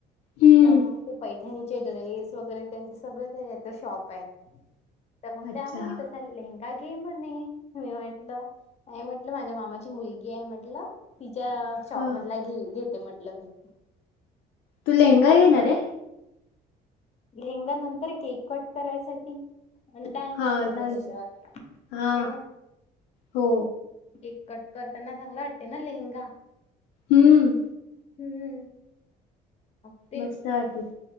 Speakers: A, on the left; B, on the left.
A: हम्म
B: तर मग ती पैठणी त्यांचे ड्रेस वगैरे त्यांच सगळ काही याच शॉप आहे. तर मग
A: अच्छा
B: त्या म्हणे तस तर लेंहगा घे म्हणे मी म्हटलं नाही म्हटलं नाही माझ्या मामाची मुलगी आहे म्हंटलं तिच्या शॉप
A: हा
B: मधला घेईन घेते म्हंटलं मी.
A: तू लेहंगा घेणार ये?
B: लेहंगा नंतर केक कट करायसाठी. आणि डान्स
A: हा
B: समजा
A: चालते
B: त्यांच्यावर
A: हा
B: हाय ना.
A: हो
B: केक कट करताना चांगला वाटते ना लेहंगा.
A: हम्म
B: हम्म <unintelligible>
A: मस्त वाटेल.